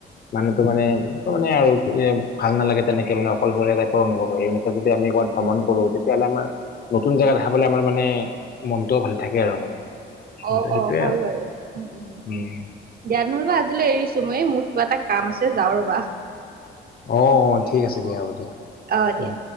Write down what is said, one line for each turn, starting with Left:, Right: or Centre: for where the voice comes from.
Left: মানুহটো মানে - এনেকে মানে আৰু এ ভাল নালাগে তেনেকে মানে অকশৰীয়া টাইপৰ অনুভৱ হয় এনেকে যদি আমি ক'ৰবাত ভ্ৰমণ কৰো তেতিয়া হ'লে আমাৰ নতুন জেগা দেখা পালে আমাৰ মানে মনটোও ভাল থাকে আৰু মানে হয়তো
Right: অঁ
Left: সেইটোয়ে
Right: অঁ হয়
Left: আৰু
Right: বাৰু উমঁ উমঁ।
Left: উম
Right: দিয়া নহ'বা আজিলৈ এৰিছো মই মোৰ কিবা এটা কাম আছে যাওঁ ৰবা।
Left: অঁ অঁ ঠিক আছে দিয়া হ'ব দিয়া।
Right: অঁ দিয়া
Left: উম